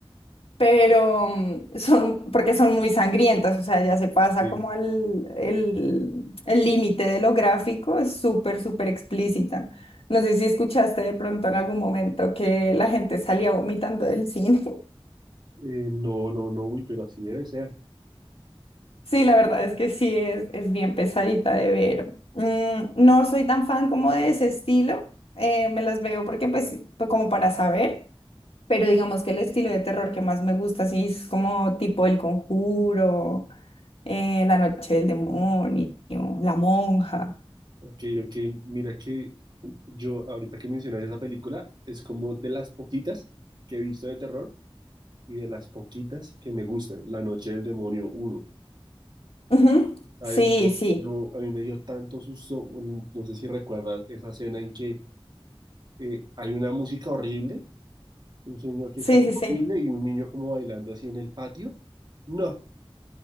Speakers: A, on the left; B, on the right.
A: pero mm, son, porque son muy sangrientas, o sea, ya se pasa
B: Ok, eh,
A: como al el el límite de lo gráfico, es súper, súper explícita. No sé si escuchaste de pronto en algún momento que la gente salía vomitando del cine. <laughs>
B: no, no, no, uy, pero así debe ser.
A: Sí, la verdad es que sí, es, es bien pesadita de ver. Mm, no soy tan fan como de ese estilo, eh, me las veo porque pues pues como para saber, pero digamos que el estilo de terror que más me gusta sí es como tipo El Conjuro eh, La noche del demonio, La monja.
B: Ok, ok, mira que yo, ahorita que mencionas esa película, es como de las poquitas que he visto de terror y de las poquitas que me gustan, La Noche del Demonio uno,
A: Ujú.
B: ¿Sabes?
A: Sí,
B: Yo,
A: sí,
B: yo- a mí me dio tanto susto, bueno, no sé si recuerdas esa escena en que eh, hay una música horrible, un señor que
A: sí,
B: canta
A: sí, sí.
B: horrible y un niño como bailando así en el patio. No,